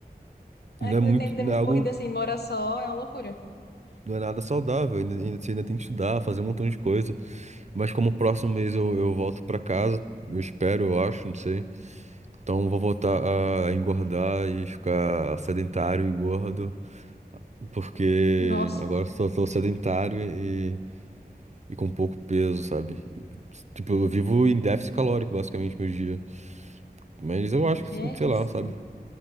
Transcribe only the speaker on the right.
não
é muito,
não
é algo,
não é nada saudável. Ainda, ainda- você ainda tem que estudar, fazer um montão de coisa. Mas como o próximo mês eu, eu volto pra casa, eu espero, eu acho, não sei. Então vou voltar a, a engordar e ficar sedentário e gordo, porque
agora só sou sedentário e, e com pouco peso, sabe? E, tipo, eu vivo em déficit calórico basicamente meu dia. Mas eu acho
que, sei lá,
sabe?